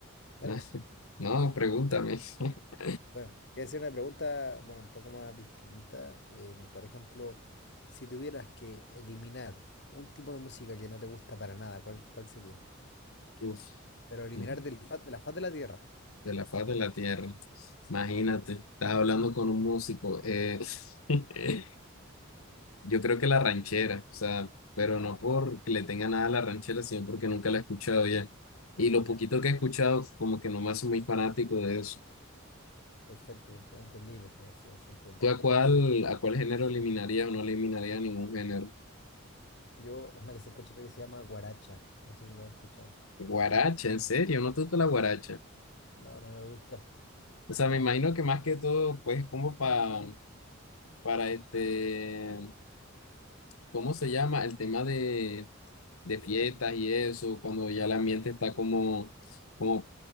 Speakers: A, on the left; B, on the left.
A: dale
B: <laughs>
A: nomás.
B: No, pregúntame. <laughs>
A: Bueno, voy a hacer una pregunta, bueno, un poco más distinta. Em, por ejemplo, si tuvieras que eliminar un tipo de música que no te gusta para nada, ¿cuál, cuál sería?
B: Uf,
A: Pero eliminar
B: de
A: del faz- de la faz de la tierra.
B: la faz de la tierra.
A: Sí,
B: Imagínate,
A: sí, u-
B: estás hablando con un músico. eh, <laughs> yo creo que la ranchera, o sea, pero no porque le tenga nada a la ranchera, sino porque nunca la he escuchado ya. Y lo poquito
A: ya,
B: que he escuchado, como que no me hace muy fanático de eso.
A: perfecto, entendible, se, se- se entiende
B: ¿Tú
A: al
B: a
A: final.
B: cuál, a cuál género eliminaría o no eliminaría ningún género?
A: Yo, una que se escucha acá que se llama guaracha, no sé si lo has escuchado.
B: Guaracha, en serio, no te gusta la guaracha.
A: No, no me gusta.
B: O sea, me imagino que más que todo, pues, como para, para este, ¿cómo se llama? El tema de, de fiestas y eso, cuando ya el ambiente está como, como,